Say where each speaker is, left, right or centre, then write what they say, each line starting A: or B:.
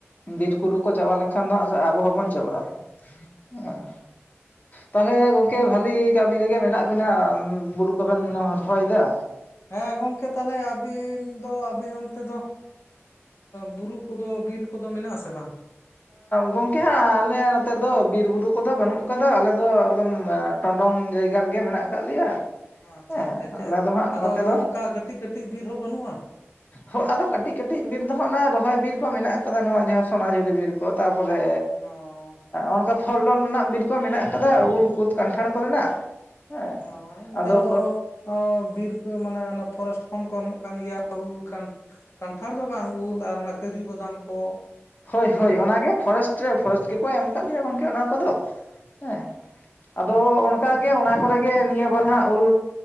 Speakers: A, on the left; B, on the left.
A: ᱵᱤᱨ-ᱵᱩᱨᱩ ᱠᱚ ᱪᱟᱵᱟ ᱞᱮᱱᱠᱷᱟᱱ ᱫᱚ ᱦᱟᱜ ᱥᱮ ᱟᱵᱚ ᱦᱚᱸᱵᱚᱱ ᱪᱟᱵᱟᱜᱼᱟ ᱦᱮᱸ ᱛᱟᱦᱚᱞᱮ ᱜᱚᱝᱠᱮ ᱵᱷᱟᱞᱤ ᱠᱟᱹᱢᱤ ᱨᱮᱜᱮ ᱢᱮᱱᱟᱜ ᱵᱮᱱᱟ ᱵᱩᱨᱩ ᱠᱚᱵᱮᱱ ᱨᱦᱚᱭᱮᱫᱟ᱾
B: ᱦᱮᱸ ᱜᱚᱢᱠᱮ ᱛᱟᱦᱚᱞᱮ ᱟᱹᱵᱤᱱ ᱫᱚ ᱟᱹᱵᱤᱱ ᱚᱱᱛᱮ ᱫᱚ ᱵᱩᱨᱩ ᱠᱚᱫᱚ ᱵᱤᱨ ᱠᱚᱫᱚ ᱢᱮᱱᱟᱜ ᱟᱥᱮ ᱵᱟᱝ?
A: ᱜᱚᱢᱠᱮ ᱦᱟᱸᱜ ᱟᱞᱮ ᱱᱚᱛᱮ ᱫᱚ ᱵᱤᱨ ᱵᱩᱨᱩ ᱠᱚᱫᱚ ᱵᱟᱹᱱᱩᱜ ᱠᱟᱫᱟ ᱟᱞᱮ ᱫᱚ ᱮᱠᱫᱚᱢᱼ ᱴᱚᱸᱰᱚᱝ ᱡᱟᱭᱜᱟ ᱨᱮᱜᱮ ᱢᱮᱱᱟᱜ ᱠᱟᱜ ᱞᱮᱭᱟ᱾
B: ᱚ ᱟᱪᱪᱷᱟ
A: ᱦᱮᱸ
B: ᱟᱪᱪᱷᱟ ᱪᱮᱫ
A: ᱟᱞᱮ ᱫᱚ ᱦᱟᱸᱜ
B: ᱟᱫᱚ
A: ᱱᱚᱛᱮ ᱫᱚ
B: ᱚᱱᱠᱟ ᱠᱟᱹᱴᱤᱡ ᱠᱟᱹᱴᱤᱡ ᱵᱤᱨ ᱦᱚᱸ ᱵᱟᱹᱱᱩᱜᱼᱟ?
A: ᱦᱳ ᱟᱫᱚ ᱠᱟᱹᱴᱤᱡ ᱠᱟᱹᱴᱤᱡ ᱵᱤᱨ ᱫᱚᱦᱟᱸᱜ ᱚᱱᱟ ᱨᱚᱦᱚᱭ ᱵᱤᱨ ᱠᱚ ᱢᱮᱱᱟᱜ ᱠᱟᱫᱟ ᱱᱚᱣᱟ ᱡᱟᱦᱟᱸ ᱥᱳᱱᱟᱡᱷᱩᱨᱤ ᱵᱤᱨ᱾ ᱠᱚ ᱛᱟᱯᱚᱨᱮ
B: ᱚ
A: ᱚᱱᱠᱟ ᱯᱷᱚᱞ ᱯᱷᱚᱞ ᱨᱮᱱᱟᱜ ᱵᱤᱨ ᱠᱚ ᱢᱮᱱᱟᱜ ᱟᱠᱟᱫᱟ ᱩᱞ ᱠᱩᱫ ᱠᱟᱱᱴᱷᱟᱲ ᱠᱚᱨᱮᱱᱟᱜ᱾ ᱦᱮᱸ
B: ᱱᱚᱭ ᱱᱮᱛᱟᱨ
A: ᱟᱫᱚ
B: ᱫᱚ ᱚ ᱵᱤᱨᱠ ᱢᱟᱱᱮ ᱚᱱᱟ ᱯᱷᱚᱨᱮᱥᱴ ᱠᱷᱚᱱ ᱠᱚ ᱮᱢᱚᱜ ᱠᱟᱱ ᱜᱮᱭᱟ ᱩᱞ ᱠᱟᱱ ᱠᱟᱱᱴᱷᱟᱲ ᱫᱚ ᱵᱟᱝ ᱩᱞ ᱟᱨ ᱚᱱᱟ ᱠᱟᱹᱡᱩ ᱵᱟᱫᱟᱢ ᱠᱚ᱾
A: ᱦᱳᱭ
B: ᱦᱩᱸ
A: ᱦᱳᱭ ᱚᱱᱟᱜᱮ ᱯᱷᱚᱨᱮᱥᱴ ᱨᱮ ᱯᱷᱚᱨᱮᱥᱴ ᱜᱮᱠᱚ ᱮᱢ ᱟᱠᱟᱫ ᱞᱮᱭᱟ ᱜᱚᱝᱠᱮ ᱚᱱᱟ ᱠᱚᱫᱚ ᱦᱮᱸ᱾ ᱟᱫᱚ ᱚᱱᱠᱟ ᱜᱮ ᱚᱱᱟ ᱠᱚᱨᱮ ᱜᱮ ᱱᱤᱭᱟᱹ ᱵᱟᱨ ᱦᱟᱸᱜ ᱩᱞ